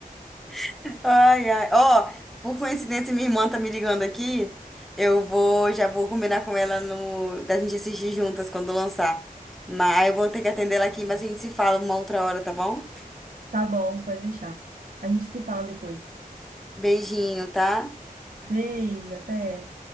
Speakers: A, in the centre; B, on the right (about 60°).
A: <laughs> Ai, ai. Ó, por coincidência, minha irmã tá me ligando aqui. Eu vou, já vou combinar com ela no, da gente assistir juntas quando lançar. Mas eu vou ter que atender ela aqui, mas a gente se fala uma outra hora, tá bom?
B: Tá bom, pode deixar. A gente se fala depois.
A: Beijinho, tá?
B: Beijo, até.